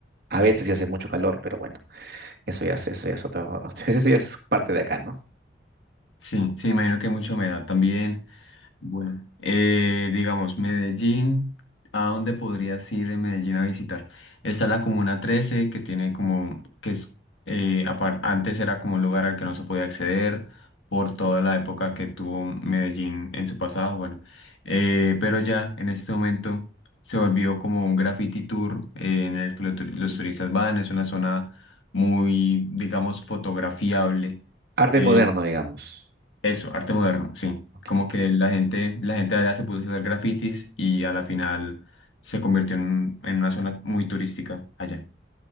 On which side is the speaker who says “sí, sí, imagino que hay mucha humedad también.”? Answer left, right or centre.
Left